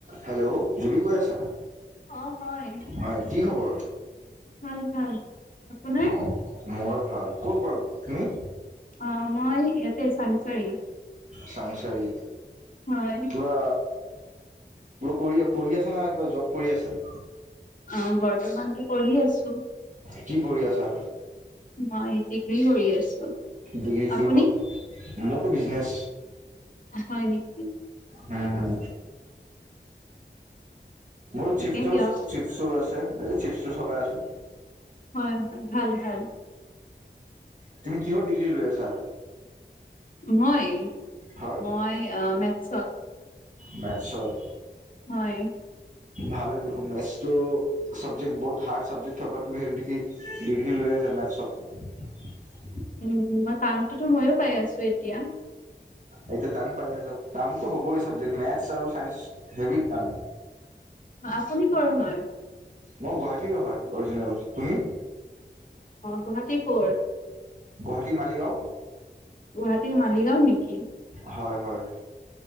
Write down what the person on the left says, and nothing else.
অ' হয়
ভাল, ভাল। আপোনাৰ?
অ মই ইয়াতে চংচাৰি,
হয়।
অ বৰ্তমানটো পঢ়ি আছোঁ।
মই ডিগ্ৰী কৰি আছো।
আপুনি?
হয়, নেকি।
ঠিকে
দিয়ক
হয়', ভাল', ভাল।
মই।
মই অঁ মে চত।
হয়।
উম মই তানোতো ময়ো- পাই আছো এতিয়া।
আপুনি কৰ হয়?
গুৱাহাটীৰ কৰ?
গুৱাহাটীৰ মালিগাঁও নেকি।